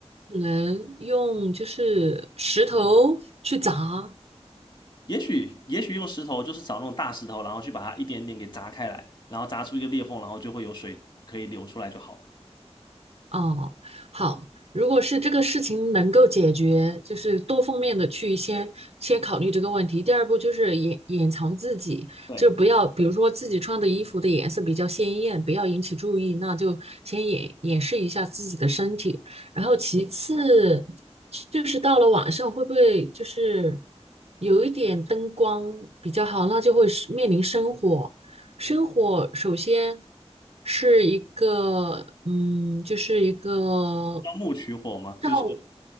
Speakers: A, on the right (about 65°); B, on the left (about 45°).
A: 只能用就是石头去砸，
B: 也许也许用石头，就是找那种大石头，然后去把它一点点给砸开来，然后砸出一个裂缝，然后就会有水可以流出来就好了。
A: 哦，好，如果是这个事情能够解决，就是多方面的去先先考虑这个问题。第二步就是掩掩藏自己，
B: 对。
A: 就不要，比如说自己穿的衣服的颜色比较鲜艳，不要引起注意，那就先掩掩饰一下自己的身体。然后其次就是到了晚上会不会就是有一点灯光比较好，那就会是面临生火。生火首先是一个，嗯，就是一个
B: 钻木取火嘛，就是
A: 照